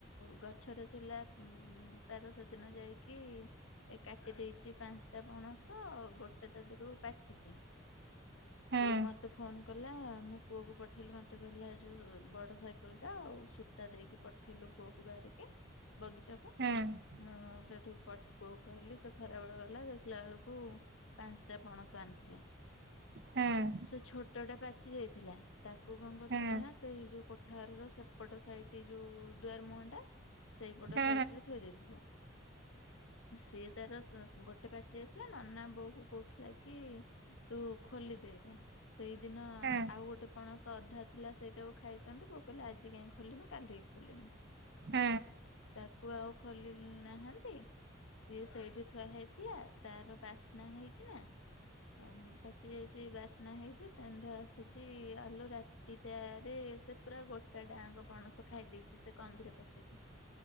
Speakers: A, on the left; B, on the right.
A: ଗଛରେ ଥିଲା ଉଁ ଉଁ ତାର ସେଦିନ ଯାଇକି। ଏ କାଟି ଦେଇଛି ପାଞ୍ଚଟା ପଣସ ଆଉ ଗୋଟେ ତା ଦେହରୁ। ପାଚିଛି
B: ହୁଁ
A: ପୁଅ ମତେ ଫୋନ କଲା ମୁଁ। ପୁଅକୁ ପଠେଇଲି ମତେ କହିଲା ଯୋଉ ବଡ ସାଇକେଲ ଟା ଆଉ ସୂତା ଦେଇକି ପଠେଇଲୁ ପୁଅକୁ ବାହାରିକି। ବଗିଚା କୁ।
B: ହୁଁ।
A: ମୁଁ ସେଠୁ ପଟ ପୁଅ କହିଲି ସେ ଖରାବେଳେ ଗଲା ଦେଖିଲା ବେଳକୁ ପାଞ୍ଚଟା। ପଣସ ଆଣିଥିଲା
B: ହୁଁ
A: ସେ ଛୋଟ ଟା ପାଚି ଯାଇଥିଲା। ତାକୁ କଁ କରୁଥିଲି
B: ହୁଁ
A: ନା ସେଇ ଯୋଉ କୋଠା ଘର ର ସେପଟ ସାଇଡ ଟି ଯୋଉ ଦୁଆର ମୁହଁ ଟା। ସେଇପଟ
B: ହୁଁ ହୁଁ ହୁଁ
A: ସାଇଟ ରେ ଥୋଇ ଦେଇଥିଲୁ। ସିଏ ତାର ସ ଅ ଗୋଟେ ପାଚି ଯାଇ ଥିଲା ନନା ବୋଉ କୁ କହୁ ଥିଲା କି ତୁ ଖୋଲିଦେ ଏଇଟା ସେଇଦିନ
B: ହୁଁ ହୁଁ ହୁଁ ହୁଁ
A: ଆଉ ଗୋଟେ। ଆପଣ ସଧା ଥିଲା ସେଇଟାକୁୁ ଖାଇଛନ୍ତି ବୋଉ କହିଲା ଆଜି କାହିଁ ଖୋଲିମୁ କାଲିି କି ଖୋଲିମୁ।
B: ହୁଁ।
A: ତାକୁ ଆଉ ଖୋଲି ଲ ନାହାନ୍ତି। ସିଏ ସେଇଠି ଥୁଆ ହେଇଥିଲା ତାର ବାସ୍ନା ହେଇଛି ନା। ଆ ପାଚି ଯାଇଛି ବାସ୍ନା ହେଇଛି ଷେଣ୍ଡ ଆସିଛି ଆଲୋ ରା ତି ଟା ରେ ସେ ପୁରା ଗୋଟା ଟା ଆଙ୍କ ପଣସ ଖାଇ ଦେଇଛି ସେ କନ୍ଧିରେ ପଶିକି।